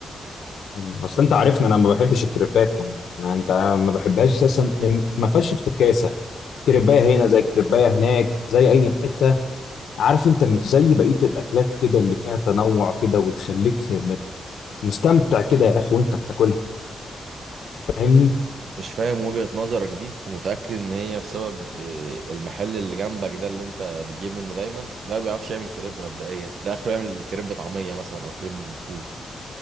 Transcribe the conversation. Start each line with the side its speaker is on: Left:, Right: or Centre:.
Left: مم. اصل انت عارفني انا ما بحبش الكريبات يعني انا انت ما بحبهاش اساسا لأن ما فيهاش افتكاسه كريبايه هنا زي كريبايه هناك زي اي حته عارف انت مش زي بقيه الاكلات كده اللي فيها تنوع كده وتخليك مت- مستمتع كده يا اخي وانت بتاكلها فاهمني
Right: مش فاهم وجهة نظرك دي ومتأكد ان هي بسبب آه، المحل اللي جنبك ده اللي انت بتجيب منه دايما ده ما بيعرفش يعمل كريب مبدئيا ده اخره يعمل كريب طعمية مثلا او كريب بالفول